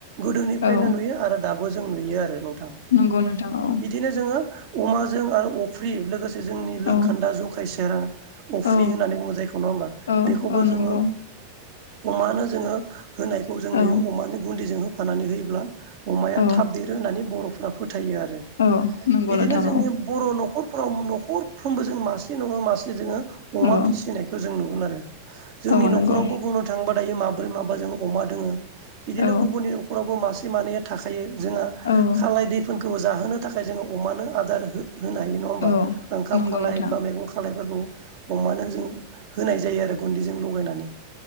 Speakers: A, on the right; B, on the left.
A: गोदोनिफ्रायनो
B: औ
A: नुयो आरो खौबो जों नुयो आरो नोंथां।
B: नंगौ नोंथां औ।
A: बिदिनो जोङो अमाजों आरो अफ्रि लोगोसे जोंनि
B: औ
A: लोंखोन्दा जखाय सेरा अफ्रि
B: औ
A: होननानै बुंङो जायखौ नंङा होमबा
B: औ
A: बेखौबो
B: औ नंगौ
A: जोङो अमानो जोङो होनायखौ जों
B: औ
A: नुयो अमानो गुन्दिजों हो फानानै होयोब्ला अमाया
B: औ
A: थाब देरो होननानै बर'फोरा फोथायो आरो।
B: औ नंगौ
A: बिदिनो
B: नोंथां
A: जोंनि बर' न'खरफ्राव न'खरफ्रोमबो जों मासे नंङा मासे जोङो अमा
B: औ
A: फिसिनायखौ जों नुगोन आरो जोंनि
B: औ औ नंगौ
A: न'खरावबो बुंनो थांबा दायो माब्रै माबा जों अमा दोङो बिदिनो
B: औ
A: गुबुननि न'रावबो मासे मानैया थाखा खायो जोंहा
B: औ
A: खालाय दैफोनखौबो जाहोनो थाखाय जोङो अमानो आदार हो-होनो हानायो। नंङा होमबा
B: औ
A: ओंखाम
B: नंगौ
A: खालाय
B: नोंथां
A: बा
B: औ
A: मैगं खालायफोरखौ। अमानो जों होनाय जायो आरो गुन्दैजों लगायनानै।